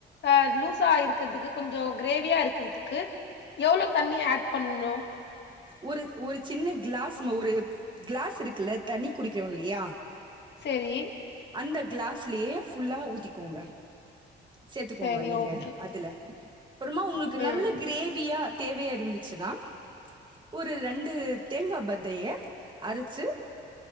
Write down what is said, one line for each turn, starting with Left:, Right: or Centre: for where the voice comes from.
Left: ஆஹ் லூசா இருக்குறதுக்கு கொஞ்ஜோ கிரேவியா இருக்றதுக்கு எவ்ளோ தண்ணி ஆட் பண்னு
Right: ஒரு ஒரு சின்னெ க்ளாஸ் மா ஒரு க்ளாஸ் இருக்குல்ல தண்ணி குடிக்றோ இல்லையா
Left: செரி
Right: அந்த க்ளாஸ்லயே ஃபுல்லா ஊத்திக்கோங்க சேத்துக்கோங்க
Left: செரி
Right: நீங்க
Left: ஓகே
Right: அதுல அப்றமா உங்ளுக்கு
Left: ம்
Right: நல்ல கிரேவியா தேவையா இருந்துச்சுன்னா ஒரு ரெண்டு தேங்கா பத்தைய அரச்சு